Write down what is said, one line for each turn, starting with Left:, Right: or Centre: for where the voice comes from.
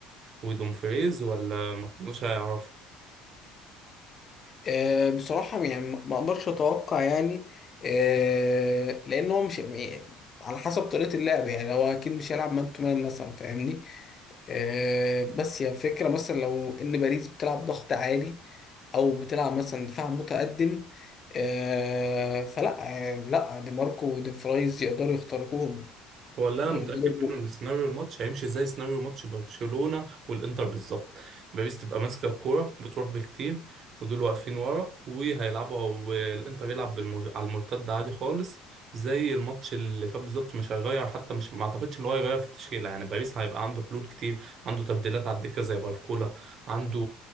Right: ودومفريز ولا ما كانوش هيعرفوا
Left: آه، بصراحة يعني ما ما اقدرش اتوقع يعني آه، لان هو مش يعني على حسب طريقة اللعب يعني هو اكيد مش هيلعب مان تو مان مثلا فاهمني آه، بس هي فكرة مثلا لو ان باريس بتلعب ضغط عالي او بتلعب مثلا دفاع متقدم آه، فلا آه، لا دي ماركو ودي فرايز يقدروا يخترقوهم
Right: هو اللي انا
Left: ويقدروا
Right: متاكد منه ان سيناريو الماتش هيمشي زي سيناريو ماتش برشلونه والانتر بالظبط باريس تبقى ماسكه الكوره بتروح بكتير ودول واقفين ورا وهيلعبوا والانتر يلعب بالمر... على المرتد عادي خالص زي الماتش اللي فات بالظبط مش هيغير حتى مش ما اعتقدش ان هو هيغير في التشكيله يعني باريس هيبقى عنده حلول كتير عنده تبديلات على الدكه زي باركولا عنده